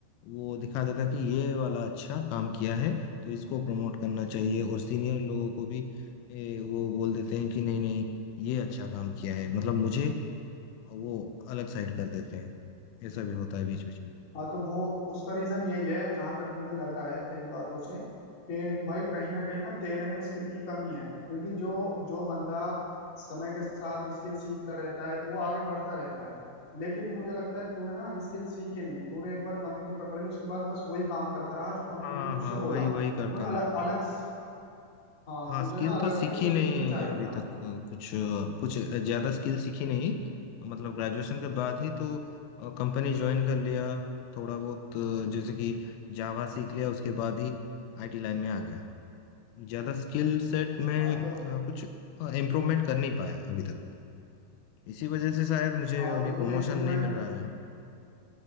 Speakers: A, on the left (about 85°); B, on the left (about 30°).
A: वो दिखा देता है कि ये वाला अच्छा काम किया है तो इसको प्रमोट करना चाहिए और सीनियर लोगों को भी ए, वो बोल देते हैं कि नहीं नहीं ये अच्छा काम किया है मतलब मुझे वो अलग साइड कर देते हैं ऐसा भी होता है बीच बीच में
B: हाँ तो वो उसका रीजन यही है जहां तक मुझे लग रहा है तेरी बातों से कि भाई कहीं ना कहीं ना तेरे में स्किल की कमी है क्योंकि जो जो बंदा समय के साथ स्किल सीखता रहता है वो आगे बढ़ता रहता है लेकिन मुझे लगता है तूने ना स्किल सीखी नहीं तूने एक बार कंपनी पकड़ ली उसके बाद बस वही काम करता रहा जो कंपनी
A: हाँ
B: ने तुझसे
A: हाँ वही
B: बोला
A: वही
B: तूने
A: करता
B: अलग अलग हाँ
A: हाँ
B: तुझे
A: स्किल
B: ना अलग
A: तो सीखी
B: से कुछ
A: नहीं
B: सीखना चाहिए
A: अभी
B: था
A: तक कुछ कुछ ज्यादा स्किल सीखी नहीं मतलब ग्रेजुएशन के बाद ही तो कंपनी ज्वाइन कर लिया थोड़ा बहुत अ, जैसे कि जावा सीख लिया उसके बाद ही आईटी लाइन में आ गया ज्यादा स्किल सेट में
B: हाँ
A: अ,
B: तो
A: कुछ इम्प्रूवमेंट कर नहीं पाया अभी तक इसी वजह से शायद मुझे
B: हाँ
A: अभी
B: तो तुझे
A: प्रमोशन
B: इम्प्रूवमेंट
A: नहीं मिल रहा है